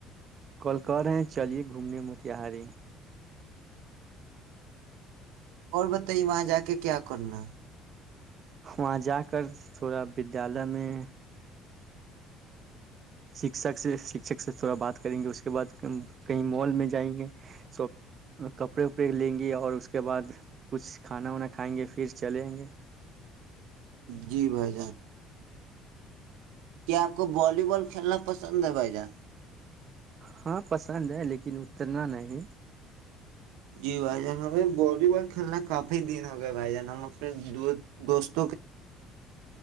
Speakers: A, on the right; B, on the right.
A: کال کر رہے چلیے گھومنے متہاری
B: بتائی وہاں جا کے کیا کرنا
A: وہاں جا کر تھوڑا ودیالیہ میں شکک سے شکشک سے تھوڑا بات کریں گے اس کے بعد کہیں مال میں جائیں گے س کپڑے وپڑے لیں گے اور اس کے بعد کچھ کھانا وانا کھائیں گے پھر چل آیں گے
B: جی بھائی جان کیا آپ کو والی بال کھیلنا پسند ہے بھائی جان
A: ہاں پسند ہے لیکن اترنا نہیں
B: جی بھائی جان ہمیں بی وال لہ کافی دن ہو گئے بھائی جان ہم اپنے دو دوست